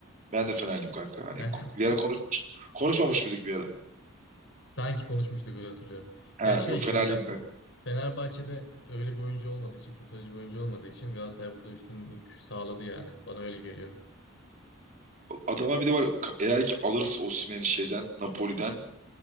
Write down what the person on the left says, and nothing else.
Ben-
<laughs> Sanki konuşmuştuk öyle hatırlıyorum.
Ya şey
işte
mesela
Fenerbahçe'de öyle bir oyuncu olmadığı için, kurtarıcı bir oyuncu olmadığı için Galatasaray burada üstünlük sağladı yani. Bana öyle geliyor.